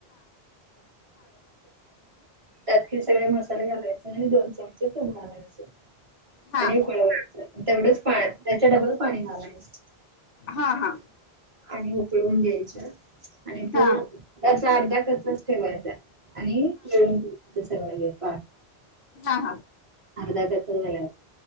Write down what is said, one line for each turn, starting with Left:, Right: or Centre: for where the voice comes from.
Right: त्यात हे सगळे मसाले घालायचे, आणि दोन चमचे तूप घालायचं.
Left: हा
Right: आणि
Left: हा हा
Right: उकळवायचं, तेवढंच त्याच्या डबल पाणी घालायच.
Left: हा हा.
Right: आणि उकळून घ्यायचं आणि तो,
Left: हा हा हा
Right: त्याचा अर्ध्या कचा ठेवायचा. आणि वेळून सगळं हे <unintelligible>
Left: हा
Right: झा